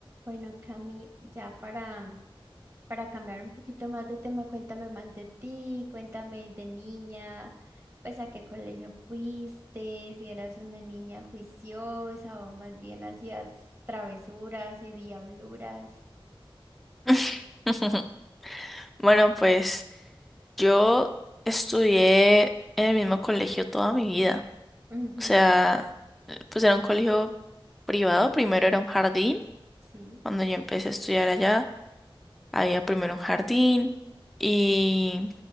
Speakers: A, on the right; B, in the centre.
A: Bueno, Cami, ya para, para cambiar un poquito más de tema, cuéntame más de ti, cuéntame de niña, pues a qué colegio fuiste, si eras una niña juiciosa o más bien hacías travesuras y diabluras.
B: <laughs> Bueno, pues yo estudié en el mismo colegio toda mi vida.
A: Ujú,
B: O sea, pues era un colegio privado, primero era un jardín.
A: sí.
B: Cuando yo empecé a estudiar allá, había primero un jardín y